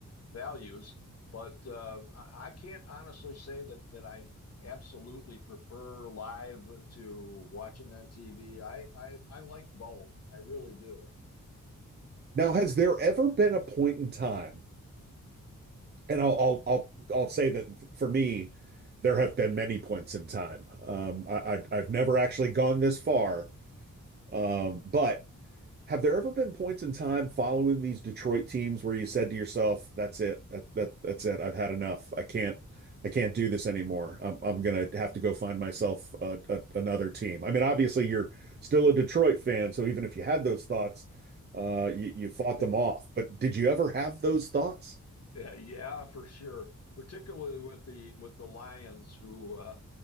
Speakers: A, on the left; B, on the right.
A: values, but uh, I, I can't honestly say that that I absolutely prefer live to watching on TV. I I, I like both. I really do.
B: Now, has there ever been a point in time And I'll I'll I'll I'll say that for me, there have been many points in time. Um, I, I I've never actually gone this far. Um, but have there ever been points in time following these Detroit teams where you said to yourself, "That's it. That, that that's it. I've had enough. I can't I can't do this anymore. I'm I'm gonna have to go find myself a, a, another team." I mean, obviously you're still a Detroit fan, so even if you had those thoughts, uh, you you fought
A: <laughs>
B: them off. But did you ever have those thoughts?
A: Yeah, yeah, for sure. Particularly with the with the Lions, who uh,